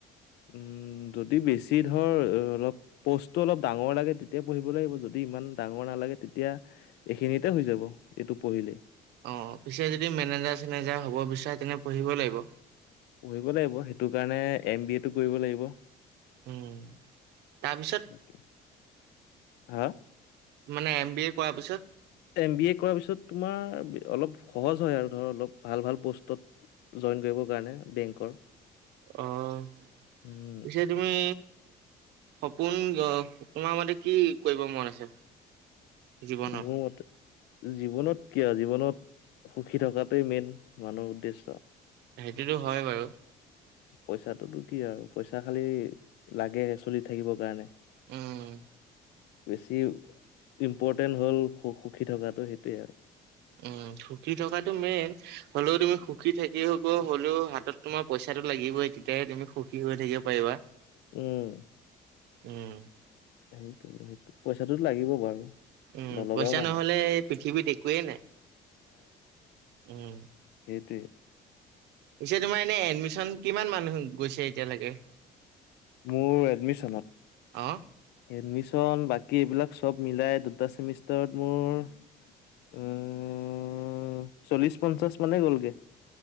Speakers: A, on the left (about 80°); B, on the right (about 80°).
A: উম' যদি বেছি ধৰ অলপ- প'ষ্টটো অলপ ডাঙৰ লাগে তেতিয়া পঢ়িব লাগিব, যদি ইমান ডাঙৰ নালাগে তেতিয়া- এইখিনিতে হৈ যাব, এইটো পঢ়িলেই।
B: অঁ অঁ' পিছে যদি মেনেজাৰ চেনেজাৰ হ'ব বিচাৰে তেনে পঢ়িব লাগিব।
A: পঢ়িব লাগিব। সেইটো কাৰণে এম বি এটো কৰিব লাগিব।
B: উম' তাৰপিছত, -
A: বাকি হাঁ।
B: মানে এম বি এ কৰা পিছত-
A: এম বি এ কৰাৰ পিছত তোমাৰ অলপ সহজ হয় আৰু ধৰ, অলপ ভাল ভাল পষ্টত- জইন কৰিবৰ কাৰণে বেংকৰ।
B: অঁ'
A: উম
B: পিছে তুমি- সপোন অহ তোমাৰ মতে কি কৰিব মন আছে? জীৱনত?
A: মও মতে- জীৱনত কিয় আও? জীৱনত সুখী থকাটোৱে মেইন মানুহৰ উদ্দেশ্য।
B: সেইটোতো হয় বাৰু।
A: পইচাটোতো কি আৰু পইচা খালি লাগে চলি থাকিবৰ কাৰণে।
B: উম উম।
A: বেছি ইম্পৰ্টেণ্ট হ'ল স সুখী থকাটো সেইটোৱেই আৰু
B: উম সুখী থকাটো মেইন হ'লেও তুমি সুখী থাকি হ'ব হ'লেও হাতত তোমাৰ পইচাটো লাগিবই তেতিয়াহে তুমি সুখী হৈ থাকিব পাৰিবা।
A: উম
B: উম
A: সেইটো সেইটো পইচাটো লাগিব বাৰু
B: উম
A: নলগাও
B: পইচা
A: নহয়
B: নহ'লে পৃথিৱীত একোৱেই নাই উম।
A: সেইটোৱেই।
B: পিছে তোমাৰ এনে এডমিশন কিমান মানুহ গৈছে এতিয়ালৈকে
A: মোৰ এডমিচনত
B: অ
A: এডমিশন বাকী এইবিলাক চব মিলাই দুটা চেমিষ্টাৰত মোৰ হুম চল্লিশ পঞ্চাশ মানে গ'লগে।